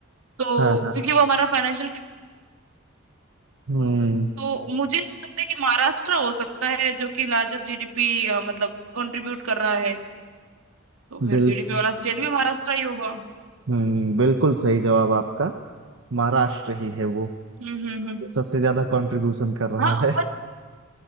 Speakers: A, on the right; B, on the right.
A: तो
B: हाँ हाँ
A: क्योंकि वो हमारा फाइनेंशियल
B: हम्म
A: तो मुझे ऐसा लगता है कि महाराष्ट्र हो सकता है जो कि लार्जेस्ट जीडीपी मतलब कंट्रीब्यूट कर रहा है तो फिर
B: बिल
A: जीडीपी वाला स्टेट भी महाराष्ट्र ही होगा
B: हम्म बिल्कुल सही जवाब आपका महाराष्ट्र ही है वो
A: हम्म हम्म हम्म
B: जो सबसे ज्यादा कंट्रीब्यूशन कर रहा
A: हाँ
B: है